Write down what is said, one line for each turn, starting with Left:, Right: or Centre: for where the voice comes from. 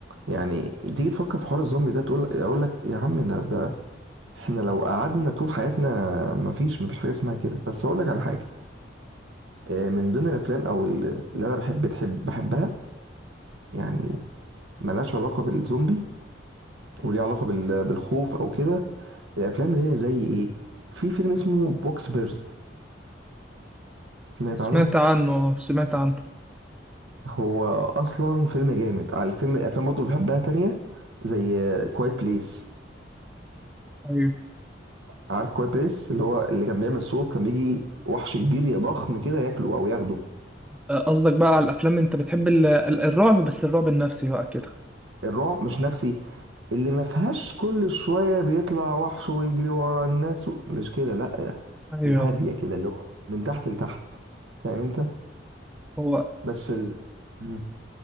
Right: يعني تيجي تفكر في حوار الزومبي ده تقول اقول لك يا عم ده ده احنا لو قعدنا طول حياتنا مفيش مفيش حاجه اسمها كده بس اقول لك على حاجه آه، من ضمن الافلام او ال- اللي انا بحب تحب بحبها يعني ملهاش علاقه بالزومبي وليها علاقه بال- بالخوف او كده الافلام اللي هي زي ايه في فيلم اسمه بوكس بيرد سمعت عنه
Centre: سمعت عنه سمعت عنه
Right: هو اصلا فيلم جامد على الفيلم الافلام برضه اللي بحبها تانية زي كوايت بليس
Centre: ايوه
Right: عارف كوايت بليس اللي هو اللي كان بيعمل صوت كان بيجي وحش كبير يا ضخم كده ياكله او ياخده
Centre: قصدك بقى على الافلام انت بتحب ال... ال- الرعب بس الرعب النفسي بقى كده
Right: الرعب مش نفسي اللي ما فيهاش كل شوية بيطلع وحش ويجري ورا الناس و... مش كده لا
Centre: ايوه
Right: الهادية كده اللي هو من تحت لتحت فاهم انت
Centre: هو
Right: بس ال... مم.